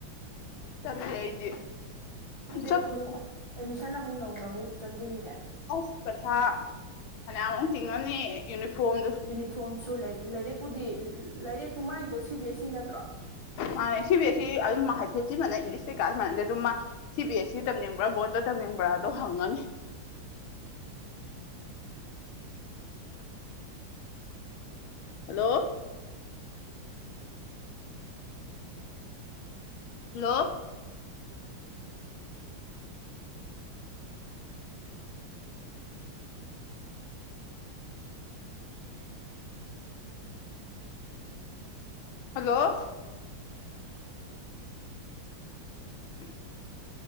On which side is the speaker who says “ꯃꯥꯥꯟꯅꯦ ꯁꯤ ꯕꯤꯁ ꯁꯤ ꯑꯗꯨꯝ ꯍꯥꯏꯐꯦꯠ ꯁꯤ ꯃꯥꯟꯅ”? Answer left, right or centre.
Left